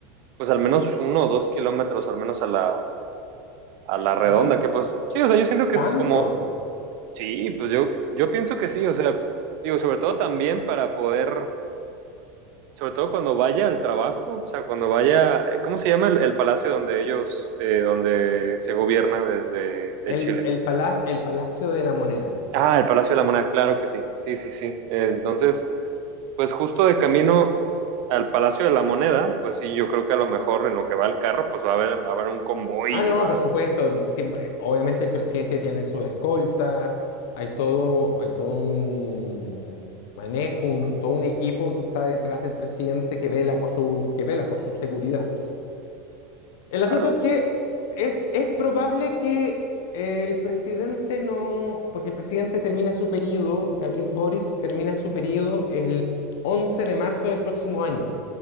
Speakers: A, on the right (about 55°); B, on the left (about 70°).
A: pues al menos uno o dos kilómetros, al menos a la, a la redonda,
B: Tan-
A: que pues sí, o sea, yo siento que
B: Tanto.
A: es como, sí, pues yo, yo pienso que sí, o sea, digo, sobre todo también para poder Sobre todo cuando vaya al trabajo, o sea, cuando vaya, eh, ¿cómo se llama el, el palacio donde ellos, eh, donde se gobierna desde en
B: El,
A: Chile?
B: el, pala- el Palacio de la Moneda.
A: Ah, el Palacio de la Moneda, claro que sí, sí, sí, sí. Eh, Entonces, pues justo de camino al Palacio de la Moneda, pues sí, yo creo que a lo mejor en lo que va el carro, pues va a haber, va a haber un convoy
B: Ah, no,
A: y va,
B: por supuesto. tiem- Obviamente el presidente tiene su escolta, hay todo, hay todo un un manejo, un- todo un equipo que está detrás del presidente que vela por su, que vela por su seguridad. El
A: claro,
B: asunto es que es, es probable que el presidente no, porque el presidente termina su periodo, Gabriel Boric termina su periodo el 11 de marzo del próximo año.